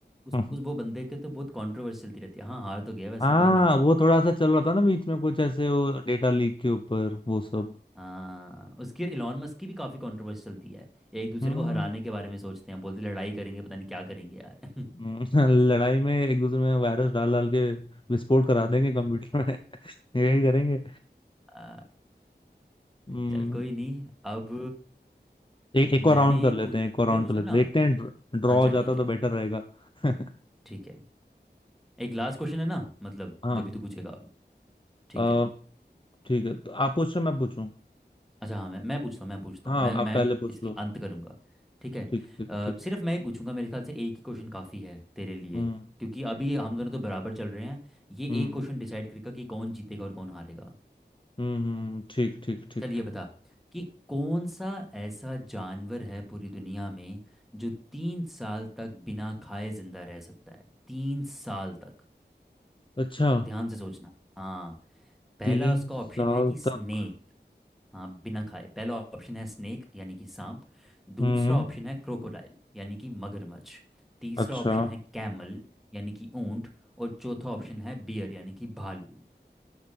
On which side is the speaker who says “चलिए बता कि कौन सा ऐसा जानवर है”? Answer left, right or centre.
Centre